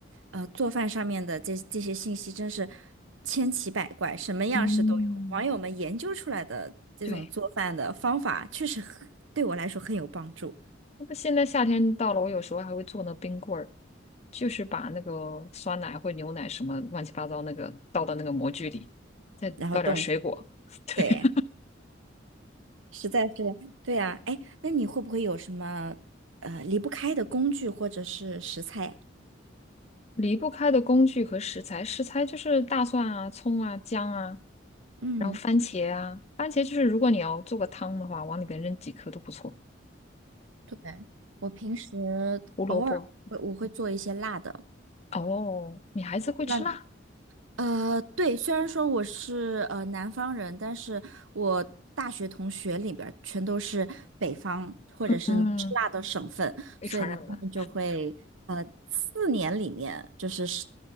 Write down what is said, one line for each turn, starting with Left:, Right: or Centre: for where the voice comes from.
Right: 呃做饭上面的这这些信息真是千奇百怪，什么样式都有。
Left: 嗯，
Right: 网友们研究出来的这种做饭的方法，
Left: 对。
Right: 确实很对我来说很有帮助。
Left: 那现在夏天到了，我有时候还会做那冰棍儿，就是把那个酸奶或牛奶什么乱七八糟那个倒到那个模具里，再倒点儿水果。
Right: 然后动，
Left: <laughs> 对。
Right: 对，实在是对啊。哎，那你会不会有什么呃离不开的工具或者是食材呀？
Left: 离不开的工具和食材，食材就是大蒜啊、葱啊、姜啊，
Right: 嗯，
Left: 然后番茄啊，番茄就是如果你要做个汤的话，往里边扔几颗都不错。
Right: 对，我平时
Left: 胡萝卜，
Right: 偶尔会我会做一些辣的，
Left: 哦，你孩子会吃辣，
Right: 我不知道。呃，对，虽然说我是呃南方人，但是我大学同学里边儿全都是北方或者是能吃辣的省份，
Left: 嗯，被传染了。
Right: 所以呢，他们就会呃四年里面就是是